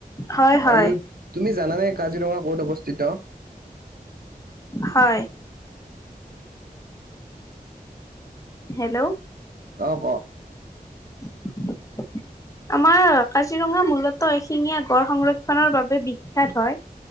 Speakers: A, on the left; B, on the right.
A: হয় হয়
B: আৰু তুমি জানানে কাজিৰঙা ক'ত অৱস্থিত।
A: হয় হেল্ল'।
B: অ ক।
A: <unintelligible> আমাৰ কাজিৰঙা মূলতঃ এশিঙীয়া গড় সংৰক্ষনৰৰ বাবে বিখ্যাত হয়।